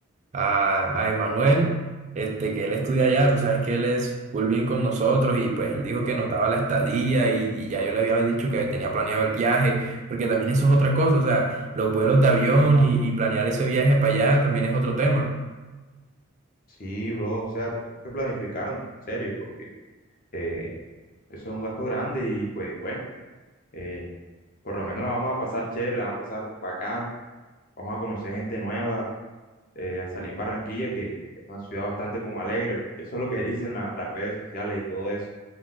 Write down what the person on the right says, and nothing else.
a, a Emanuel, este, que él estudia allá, tú sabes que él es full bien con nosotros y pues él dijo que nos daba la estadía y, y ya yo le había dicho que tenía planeado el viaje, porque también eso es otra cosa, o sea, los vuelos de avión y, y planear ese viaje para allá también es otro tema.